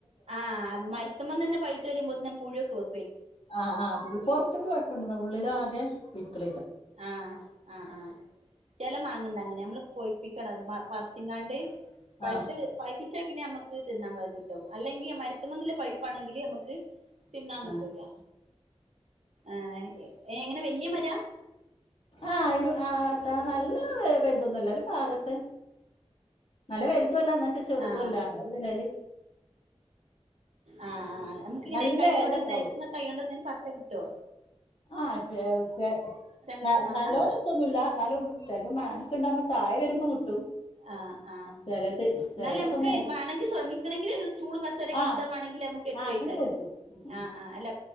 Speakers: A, on the right; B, on the left.
A: ആഹ് മരുത്തമ്മ തന്നെ പഴുത്ത് വരുമ്പോ പുഴുക്കെ വെ
B: ആഹ് ആഹ് പൊർത്ത്ക്ക് കൊയ്പണ്ട് ന്ന ഉള്ളിലാ <unintelligible>
A: ആഹ് ആഹ് ആഹ് ചെല മാങ്ങണ്ട് അങ്ങനെ ഞമ്മള് പൊയിപ്പിക്കണം പ പറചിങ്ങാണ്ട് പയ്ത്ത്
B: ആ
A: പയ്പിച്ച പിന്നെ നമ്മക്ക് തിന്നാൻ ക കിട്ടും അല്ലെങ്കിൽ മരുത്തുമ്മന്നിള്ള പയ്പ്പാണെങ്കിൽ അമ്മക്ക് തിന്നാൻ
B: ആ
A: കിട്ടൂല ആഹ് ങേ എങ്ങനെ വല്ല്യ മരാ
B: ആഹ് ഇത് ആഹ് നല്ലേ വല്തൊന്നും അല്ല ഒരു ഭാഗത്ത് നല്ല വലി തു അല്ല എന്നച്ച ചേറുതു
A: ആഹ്
B: അല്ല ലാൽ
A: ആഹ് ആഹ് നമ്ക്കിങ്ങനെ
B: നല്ല
A: കൈ കൊണ്ട്
B: ഇല
A: നിന്നുനഞ്ഞ
B: ഉണ്ടാവും
A: കൈ കൊണ്ട് ഇങ്ങനെ പറിച്ചേട് ട്ടോ
B: ആഹ് ചെവ് ചെ
A: കിട്ടോ
B: ന
A: മാങ്ങ
B: നല്ലപോലെ എത്തൂന്നുല്ല എന്നാലും ചെലപ്പം മാങ്ങകെ ഉണ്ടാകുമ്പം തായെ വരുമ്പോ കിട്ടും
A: ആഹ് ആഹ്
B: ചിലത്
A: എന്നാൽ
B: ചിലതൊക്കെ
A: നമുക്ക്
B: മേൽ
A: വേണമെങ്കിൽ ശ്രമിക്കണമെങ്കിൽ സ്റ്റൂളും കസാരക്കെ
B: ആ
A: കിട്ട് വേണമെങ്കിൽ നമുക്ക് എടുത്തുവക്യാല്ലോ
B: ആ അങ്ങനെ കിട്ടും ഉം ഉം
A: ആഹ് ആഹ് അല്ല